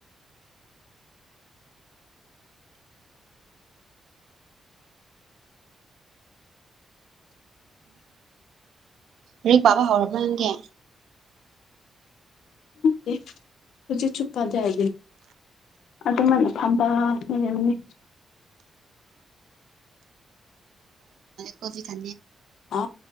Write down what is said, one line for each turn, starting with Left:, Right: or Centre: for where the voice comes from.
Right: ꯔꯤꯛ ꯄꯥꯕ ꯍꯧꯥꯎꯔꯕ ꯅꯪꯒꯦ
Left: ꯃꯦ ꯔꯨꯆꯤ ꯆꯨꯞꯄꯗꯦ ꯍꯥꯏꯗꯤ ꯑꯗꯨꯗ ꯃꯅ ꯑꯝꯕ ꯅꯅꯦꯅꯤ
Right: ꯀꯣꯕꯤ ꯀ
Left: ꯑ